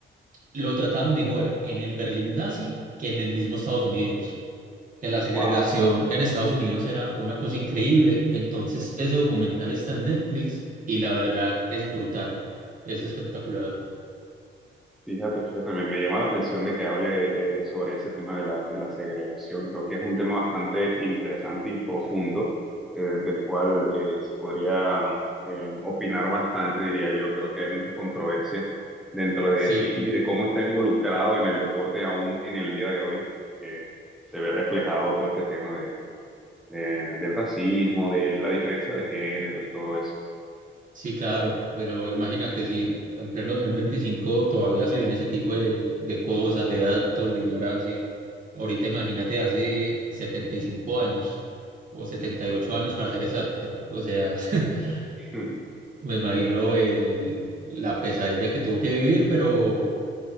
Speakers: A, on the right (about 40°); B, in the centre.
A: lo trataban mejor en el Berlín nazi que en el mismo Estados Unidos que la segregación
B: Wow.
A: en Estados Unidos era una cosa increíble. Entonces, ese documental está en Netflix y la verdad es brutal, es espectacular.
B: Fíjate, fíjate, me, me llama la atención de que hable eh, sobre ese tema de la, de la segregación. Creo que es un tema bastante interesante y profundo, eh, del cual eh, se podría eh, opinar bastante, diría yo. Creo que hay mucha controversia dentro de
A: Sí,
B: eso y, y de cómo está involucrado en el deporte aún en el día de hoy. Eh, se ve reflejado todo este tema de, de- del racismo, de la diferencia de género y todo eso.
A: sí, claro, pero imagínate si en pleno 2025 todavía se ven ese tipo de, de cosas, de datos, de ignorancia. Ahorita imagínate hace 75 años o 78 años para ser exacto. O sea, <laughs>
B: <laughs>
A: me imagino el, la pesadilla que tuvo que vivir, pero